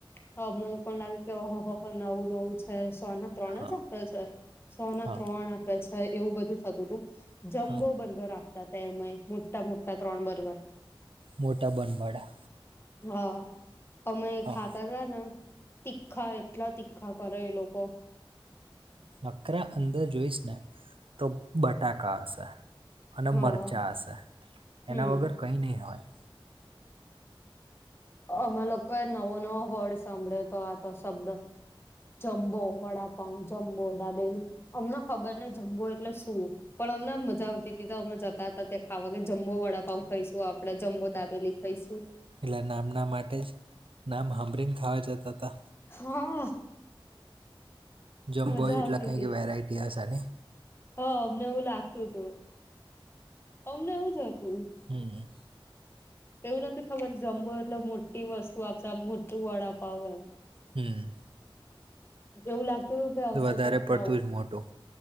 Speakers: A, on the left (about 25°); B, on the right (about 75°).
A: હ અમન લોકો ને લાગ્યું કે ઓહો હો નવું નવુ છે સોને ત્રણ
B: હા
A: જ આપે છે. સો ના
B: હા
A: ત્રણ આપે છે, એવું બધું થતું હતું જમ્બો
B: હા
A: બર્ગર આપ <unintelligible> મોટા મોટા ત્રણ બર્ગર
B: મોટા બનવાડા
A: હા અમે
B: હા
A: ખા તા તાન તીખા એટલા તીખા કરે એ લોકો
B: નકરા અંદર જોઈશ ને તો બટાકા હશે. અને
A: હા
B: મરચાં હશે
A: હમ
B: એના વગર કંઈ નહીં હોય.
A: અમે લોકોએ નવો નવો વર્ડ સાંભળ્યો હતો આતો શબ્દ. જમ્બો વડાપાવ જમ્બો દાબેલી અમને ખબર ને જમ્બો એટલે શું. પણ અમનેમ મજા આવતી હતી તો અમે જતા હતા ત્યા ખાવા ગે જમ્બો વડાપાવ ખાઈશું આપડે જમ્બો દાબેલી ખઈશું
B: એટલે નામના માટે જ નામ હંમભરીન ખાવા જતા હતા
A: હ આ
B: જમ્બોય
A: મજા
B: એટલે
A: આવતી
B: કઈક
A: હતી
B: વેરાયટી હશે નઈ
A: હા અમને એવું લાગતું તું, અમને એવું જ હતું.
B: હમ્મ.
A: એવું નતી ખબર જમ્બો એટલે મોટી વસ્તુ આપશે આમ મોટું વડાપાવ એમ
B: હમ્મ
A: એવું લાગતું તું કે હશે
B: તો વધારે
A: કઈક
B: પડતું
A: નવું.
B: જ મોટું